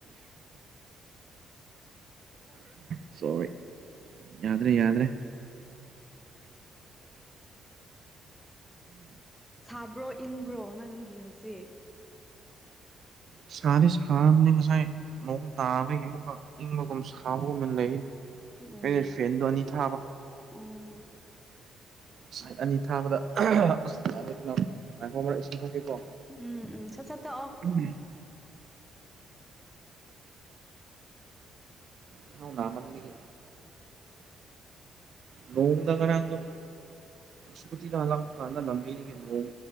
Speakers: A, on the right; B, in the centre.
A: <unintelligible> ꯁꯣꯔꯤ ꯌꯥꯗ꯭ꯔꯦ ꯌꯥꯗ꯭ꯔꯦ
B: ꯁꯥꯕ꯭ꯔꯣ ꯏꯪꯕ꯭ꯔꯣ ꯅꯪꯒꯤ ꯍꯧꯖꯤꯛ
A: ꯁꯥꯗꯤ ꯁꯥꯔꯕꯅꯤ ꯉꯁꯥꯏ ꯅꯣꯡ ꯇꯥꯕꯒꯤ ꯑꯃꯨꯛꯀ ꯏꯪꯕꯒꯨꯝ ꯁꯥꯕꯒꯨꯝꯅ ꯂꯩ
B: ꯎꯝ
A: ꯑꯩꯅ ꯐꯦꯟꯗꯣ ꯑꯅꯤ ꯊꯥꯕ
B: ꯎꯝ
A: ꯁꯥꯏꯠ ꯑꯅꯤ ꯊꯥꯕꯗ <unintelligible> ꯑꯁ ꯌꯥꯗꯦ ꯈꯅꯥꯎ ꯉꯥꯏꯈꯣ ꯑꯃꯔꯛ ꯏꯁꯤꯡ ꯊꯛꯀꯦꯀꯣ
B: ꯎꯝ ꯎꯝ ꯁꯠ ꯁꯠ ꯊꯛꯑꯣ
A: <unintelligible> ꯈꯅꯥꯎ ꯅꯥꯃꯟꯕꯒꯤ ꯅꯣꯡꯗ ꯉꯔꯥꯡꯗꯣ ꯁ꯭ꯀꯨꯇꯤꯗ ꯍꯜꯂꯛꯄ ꯀꯥꯟꯗ ꯂꯝꯕꯤꯗꯒꯤ ꯅꯣꯡ